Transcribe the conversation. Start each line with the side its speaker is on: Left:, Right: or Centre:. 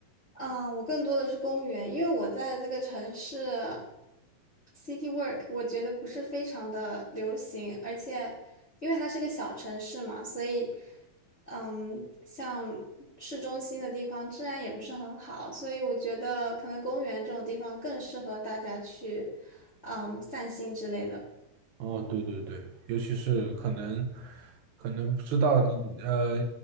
Left: 啊，我更多的是公园，因为我在这个城市，city work，我觉得不是非常的流行，而且因为它是个小城市嘛，所以，嗯，像市中心的地方治安也不是很好，所以我觉得可能公园这种地方更适合大家去，嗯，散心之类的。
Right: 哦，对对对，尤其是可能可能不知道你呃，